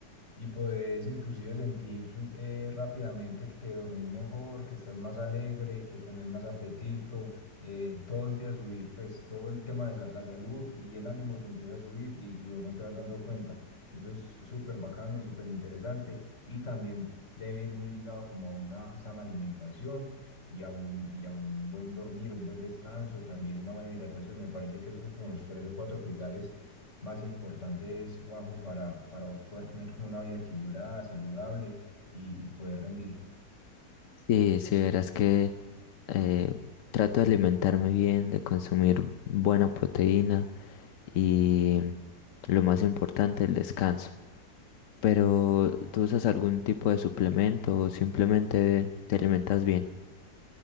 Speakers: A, on the left; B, on the left.
A: y puedes inclusive sentir eh, rápidamente que dormís mejor, que estás más alegre, que tenés más apetito, eh, todo empieza a subir, pues todo el tema de sa- la salud y el ánimo te empieza a subir y, y vos no te vas dando cuenta. Eso es súper bacano, súper interesante y también debe ir muy ligado como a una sana alimentación. Y a un, y a un buen dormir, un buen descanso, también una buena hidratación. Me parece que esos son como los tres o cuatro pilares más importantes, Juanjo, para, para vos poder tener como una vida equilibrada, saludable y, y poder rendir?
B: Sí, sí, verás que eh, trato de alimentarme bien, de consumir buena proteína y lo más importante, el descanso. Pero ¿tú usas algún tipo de suplemento o simplemente te alimentas bien?